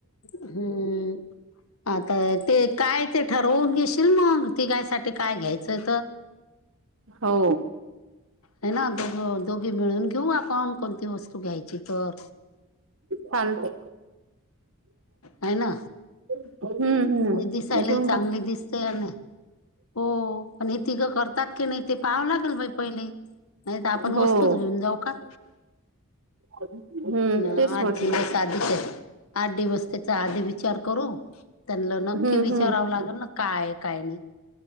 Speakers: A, on the left (about 70°); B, on the right (about 60°).
A: हम्म आता. ते काय ते ठरवून घेशील मग तीघा साठी काय घ्यायचंय तर..
B: हो.
A: हे ना दोघ दोघीं मिळून घेऊ, आपण कोणती वस्तू घ्यायची तर.
B: चालते.
A: ह ना,
B: हम्म हम्म
A: मी दिसायला
B: घेऊन
A: चांगली
B: टाक.
A: दिसते अनं हो, पण हे तिघं करतात की नाही ते पाहावं लागेल बाई पहिले. नाही तर आपण
B: हो
A: वस्तूच घेऊन जाऊ का.
B: हम्म
A: ना
B: तेच
A: <unintelligible>
B: म्हटलं
A: साधीच हाय, आठ दिवस त्याचा, आधी विचार करू. त्यांन नक्की
B: हम्म
A: विचारावं
B: हम्म
A: लागेल. ना काय आहे काय नाही?